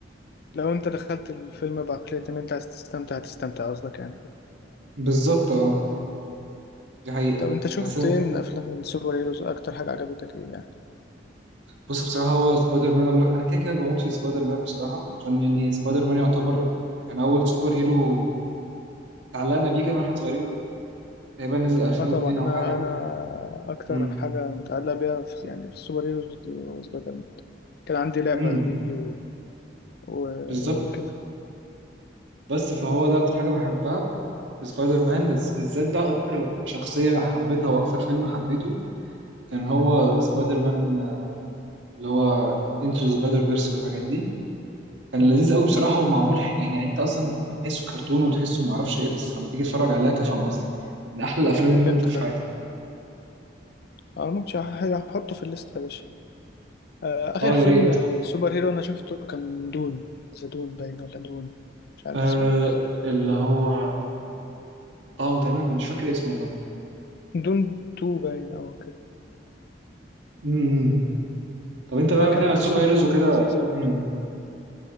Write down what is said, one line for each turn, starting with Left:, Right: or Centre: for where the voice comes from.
Left: لو انت دخلت الفيلم بعقلية ان انت عايز تستمتع هتستمتع قصدك يعني كده
Right: بالظبط اه دي حقيقة
Left: طب انت شفت
Right: بس
Left: ايه من افلام السوبر هيروز اكتر حاجة عجبتك ايه يعني
Right: بص بصراحة هو سبايدر مان انا بقول لك انا كده كده بموت في سبايدر مان بصراحة عشان يعني سبايدر مان يعتبر
Left: مم.
Right: كان اول سوبر هيرو اتعلقنا بيه كده واحنا صغيرين تقريبا نزل 2002
Left: اه طبعا انا
Right: او حاجة
Left: انا اكتر
Right: مم.
Left: حاجة متعلقة بيها في يعني في السوبر هيروز دي هو سبايدر مان. كان عندي لعبة
Right: امم
Left: ليه و... و...
Right: بالظبط
Left: وكده
Right: بس فهو ده اكتر حاجه بحبها في سبايدر مان بس بالذات بقى اكتر شخصيه حبيتها واكتر فيلم حبيته كان هو سبايدر
Left: مم.
Right: مان آه، اللي هو انتو سبايدر فيرس والحاجات دي كان
Left: مم.
Right: لذيذ قوي بصراحه ومعمول ح- يعني انت اصلا تحسه كرتون وتحسه معرفش ايه بس لما تيجي تتفرج عليها تفهم قصدي من احلى الافلام اللي
Left: فهمتك
Right: ممكن تشوفها
Left: اه
Right: في حياتك
Left: آه، ممكن هحطه في الليستة يا باشا آه، آخر
Right: اه
Left: فيلم
Right: يا ريت
Left: آه، سوبر هيرو أنا شفته كان دون ذا دون باين ولا دون مش عارف
Right: آه
Left: اسمه إيه بالظبط
Right: اللي هو اه تقريبا مش فاكر اسمه والله
Left: دون تو باين أو كده
Right: امم طب انت بقى
Left: ده
Right: بعيد
Left: كان
Right: عن السوبر
Left: قصته
Right: هيروز وكده
Left: لذيذة برضه
Right: امم